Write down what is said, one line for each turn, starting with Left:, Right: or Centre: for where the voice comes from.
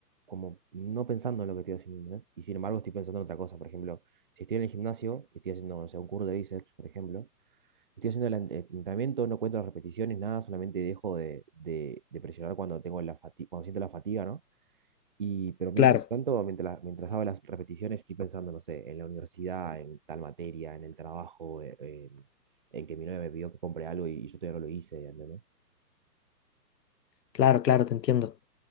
Right: como no pensando en lo que estoy haciendo, ¿entendés? Y sin embargo estoy pensando en otra cosa. Por ejemplo, si estoy en el gimnasio, estoy haciendo, no sé, un curso de bíceps, por ejemplo, estoy haciendo el, en- el entrenamiento, no cuento las repeticiones, nada, solamente dejo de, de- de presionar cuando tengo la fatiga, cuando siento la fatiga, ¿no? Y, pero mientras
Left: Claro,
Right: tanto, mientras, mientras hago las repeticiones, estoy pensando, no sé, en la universidad, en tal materia, en el trabajo, e- en, en que mi novia me pidió que compre algo y, yo todavía no lo hice, ¿entendés?
Left: claro, claro, te entiendo.